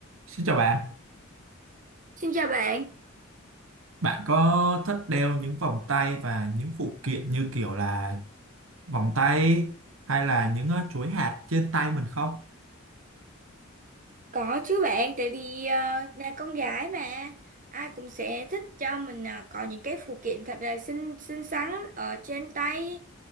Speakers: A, on the right; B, on the right.
A: Xin chào bạn,
B: Xin chào bạn,
A: bạn có thích đeo những vòng tay và những phụ kiện như kiểu là vòng tay hay là những ờ, chuỗi hạt trên tay mình không?
B: có chứ bạn, tại vì ờ, là con gái mà ai cũng sẽ thích cho mình ờ, có những cái phụ kiện thật là xinh xinh xắn ở trên tay.